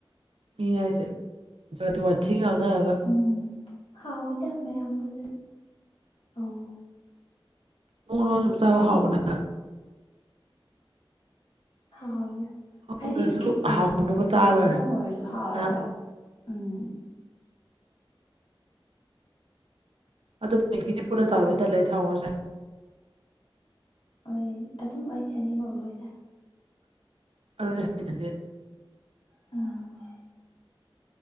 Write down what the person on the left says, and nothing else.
ꯎꯝ ꯍꯥꯎꯋꯤꯗ ꯃꯌꯥꯝ ꯄꯨꯜꯂ ꯑꯧ
ꯍꯥꯎꯋꯤꯗ ꯍꯥꯏꯗꯤ
ꯎ
ꯃꯦꯒꯤꯗꯪ
ꯑꯣꯏꯔꯁꯨ ꯍꯥꯎꯋꯦ
ꯍꯥꯏꯕ
ꯎꯝ
ꯑꯩ ꯑꯗꯨꯝ ꯑꯩꯗꯤ ꯑꯅꯤꯃꯛ ꯂꯣꯏ ꯆꯥꯏ
ꯎꯝ